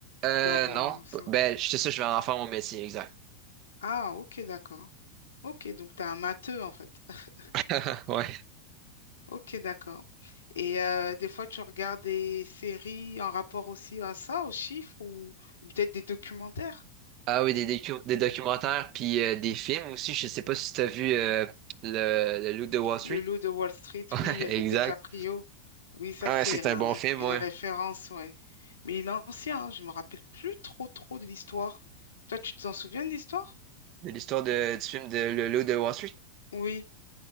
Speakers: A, on the right; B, on the left.
A: Euh,
B: dans
A: non.
B: ça?
A: Ben, je sais ça, je vais en faire mon métier, exact.
B: Ah, ok, d'accord. Ok, donc t'es un matheux, en fait. <laughs>
A: <laughs> Ouais.
B: Ok, d'accord. Et euh, des fois, tu regardes des séries en rapport aussi à ça, aux chiffres, ou, ou peut-être des documentaires?
A: Ah oui, des, docu- des documentaires, puis euh, des films aussi. Je sais pas si t'as vu euh, le, le Loup de Wall Street.
B: Le loup de Wall Street,
A: <laughs> Ouais,
B: oui, avec
A: exact.
B: DiCaprio. Oui, ça,
A: Ah,
B: c'est
A: ouais, c'est
B: un-
A: un bon film,
B: une
A: ouais.
B: référence, ouais. Mais il est ancien, hein, je me rappelle plus trop, trop de l'histoire. Toi, tu t'en souviens de l'histoire?
A: De l'histoire de, du film de Le Loup de Wall Street.
B: Oui,